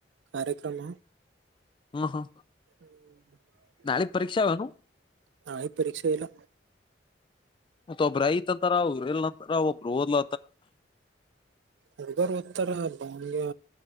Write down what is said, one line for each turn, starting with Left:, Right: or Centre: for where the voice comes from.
Right: ಕಾರ್ಯಕ್ರಮ
Left: ಹಾ ಹಾ.
Right: ಹ್ಮ್
Left: ನಾಳಿಗ ಪರೀಕ್ಷೆ ವನು
Right: ನಾಳಿಗ ಪರೀಕ್ಷೆ ಇಲ್ಲ.
Left: ಮತ್ತ ಒಬ್ಬ್ರ ಐತಿ ಅಂತರ ಒಬ್ರ ಇಲ್ಲ ಅಂತರ ಒಬ್ರ ಓದ್ಲ
Right: ಹುಡ್ಗರು ಓದ್ತಾರ ಒಮ್ಗೆ